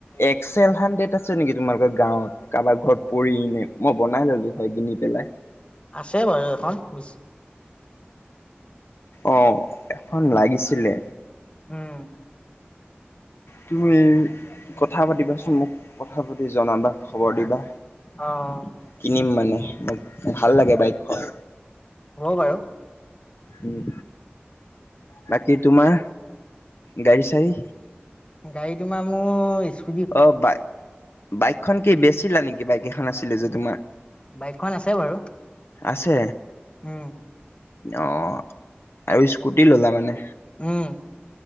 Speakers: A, on the left (about 80°); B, on the left (about 30°).
A: এক্স এল হান্দ্ৰেদ আছে নেকি, তোমালোকৰ গাঁৱত? কাৰোবাৰ ঘৰত পৰি এনে, মই বনাই ললোঁ হয় কিনি পেলাই।
B: আছে বাৰু এখন বে
A: অ, এখন লাগিছিলে।
B: উম,
A: তুমি কথা পাতিবাচোন মোক, কথা পাতি জনাবা। খবৰ দিবা,
B: অ',
A: কিনিম মানে মোক ভাল লাগে বাইক খ <inaudible>
B: হ'ব বাৰু।
A: উম, বাকী তোমাৰ গাড়ী-চড়ী?
B: গাড়ী তোমাৰ মোৰ, ই
A: অ, বাই-বাইকখন কি বেচিলা নেকি? বাইক এখন আছিলে যে তোমাৰ?
B: বাইকখন আছে বাৰু।
A: আছে।
B: উম,
A: অ, আৰু ইস্কুটি ল'লা মানে।
B: উম,